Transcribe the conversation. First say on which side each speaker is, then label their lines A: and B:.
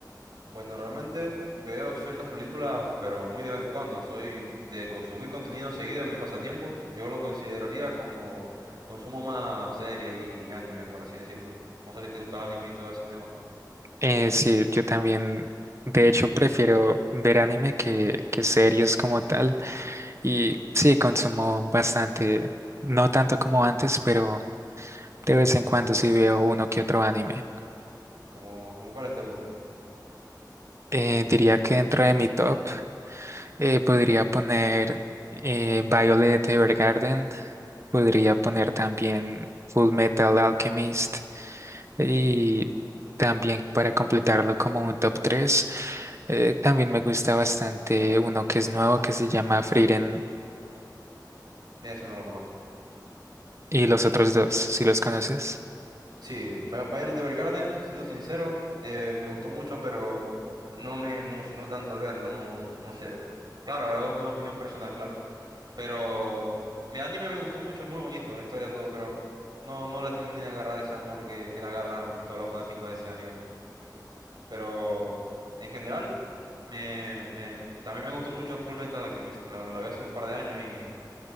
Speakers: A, on the right; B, on the right.
A: bueno, realmente veo ciertas películas, pero muy de vez en cuando. Soy de consumir contenido seguido en mi pasatiempo. Yo lo consideraría como consumo más series y anime, por así decirlo. No sé si te gusta el anime y todo ese tema.
B: Eh, sí, yo también, de hecho, prefiero ver anime que, que series como tal. Y sí, consumo bastante, no tanto como antes, pero de vez en cuando sí veo uno que otro anime.
A: Como, como cuáles te gustan.
B: Eh, diría que dentro de mi top. Eh, podría poner eh, Violet Evergarden, podría poner también Full Metal Alchemist y también para completarlo como un top tres eh, también me gusta bastante uno que es nuevo que se llama Frieren
A: Mira, ese no lo conozco.
B: y los otros dos, si los conoces.
A: Sí, Vi- Violet Evergarden, siendo sincero, eh, me gustó mucho, pero no me emocionó tanto al verlo, no, no, no sé. Claro, es una opinión personal, claro. Pero el anime me gustó mucho, es muy bonito, la historia, todo, pero no, no le terminé de agarrar ese amor que, que le agarran todos los fanáticos de ese anime. Pero en general, me, me, también me gustó mucho Full Metal Alchemist, la, la vi hace un par de años y